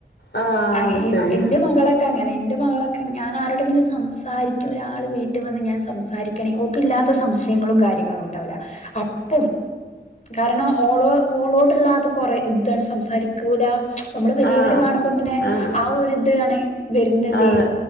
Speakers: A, on the left; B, on the left.
A: ആഹ്
B: അഎന്റെ
A: അത് ശരിയാ
B: മകളൊക്കെ അങ്ങനെ എന്റെ മകള ഞാനാരോടെങ്കിലും സംസാരിക്കു ഒരാൾ വീട്ടിൽ വന്ന് ഞാൻ സംസാരിക്കണേ ഓക് ഇല്ലാത്ത സംശയങ്ങളും കാര്യ കാര്യങ്ങള്ണ്ടാവൂല്ല അപ്പം കാരണം ഓളോ ഓളോടുള്ളത് കൊറെ ഇതാണ് സംസാരിക്കൂല നമ്മള് വലിയവരെ
A: ആഹ്
B: കാണുമ്പോ പിന്നെ
A: ആഹ്
B: ആ ഒരി ഇത് ആണ് വരുന്നതേ
A: അതെ